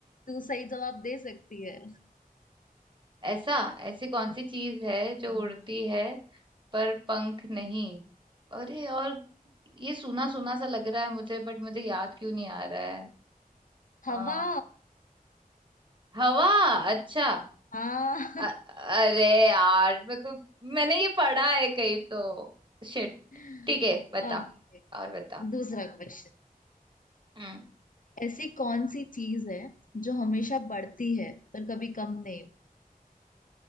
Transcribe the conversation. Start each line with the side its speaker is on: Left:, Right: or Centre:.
Left: तू सही जवाब दे सकती है
Right: ऐसा ऐसी कौन सी चीज है जो
Left: हम्म,
Right: उड़ती है पर पंख नहीं अरे और ये सुना सुना सा लग रहा है मुझे बट मुझे याद क्यों नहीं आ रहा है
Left: हवा
Right: आ, हवा अच्छा
Left: हाँ
Right: अ- अरे यार मेरे को मैंने ये पढ़ा है कहीं तो शिट
Left: <laughs>
Right: ठीक है बता
Left: ओके
Right: और बता
Left: दूसरा क्वेश्चन
Right: हम्म
Left: ऐसी कौन सी चीज है जो हमेशा बढ़ती है पर कभी कम नहीं हो-